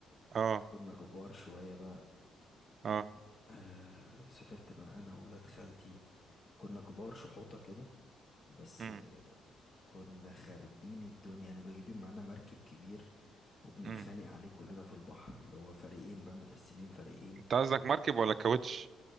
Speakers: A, on the right; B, on the left.
A: اه
B: كنا كبار شويه بقى
A: اه
B: آه، سافرت بقى انا وولاد خالتي و- كنا كبار شحوطه كده بس
A: امم
B: آه، كنا خاربين الدنيا يعني كنا جايبين معانا مركب كبير وبنتخانق
A: امم
B: عليه كلنا في البحر اللي هو فريقين بقى متقسمين فريقين
A: انت قصدك مركب ولا كاوتش